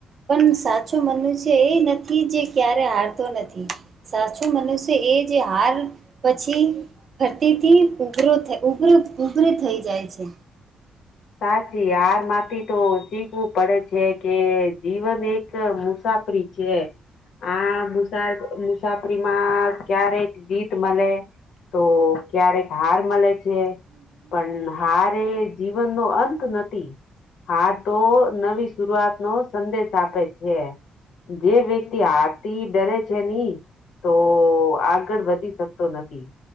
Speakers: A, on the right; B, on the left.
A: પણ સાચું મનનું છે, એ નથી જે ક્યારે હારતો નથી. સાચું મનુષ્ય એ જે હાર પછી ફરતીથી ઉભરો થ ઉભરો ઉભરી થઈ જાય છે.
B: સાચી હારમાંથી તો શીખવું પડે છે, કે જીવન એક મુસાફરી છે, આ મુસા મુસાફરીમાં ક્યારેક જીત મળે તો ક્યારેક હાર મળે છે, પણ હાર એ જી વન નો અંત નથી. હા તો નવી શરૂઆત નો સંદેશ આપે છે. જે વ્યક્તિ હાર થી ડરે છે ની તો આગળ વધી શકતો નથી.